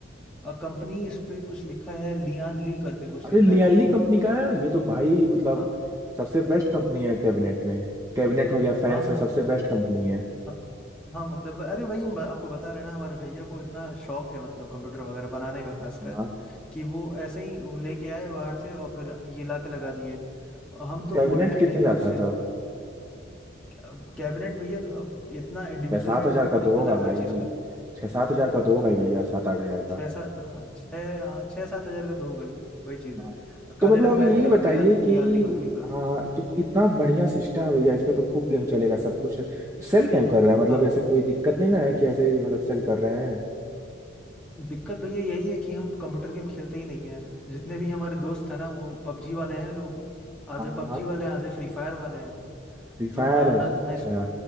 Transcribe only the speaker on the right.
अरे
लियाली
कंपनी का है ये तो भाई मतलब
सबसे बेस्ट कंपनी है कैबिनेट में कैबिनेट हो गया फैंस
में
सबसे बेस्ट कंपनी है
हाँ
कैबिनेट
कितने
का
था तब
छह सात
हजार
का
तो होगा
भाई
छह सात
हजार का तो होगा ही भैया सात आठ हजार का
हाँ।
तो
मतलब
ये
बताइए
कि
हाँ तो इतना बढ़िया सिस्टम है भैया इस पे तो खूब गेम चलेगा सब कुछ है। तो सेल क्यों कर रहा है मतलब
ऐसे कोई दिक्कत नहीं ना है कि ऐसे ही मतलब सेल कर रहे हैं
हाँ
हाँ
फ्री
फायर
अच्छा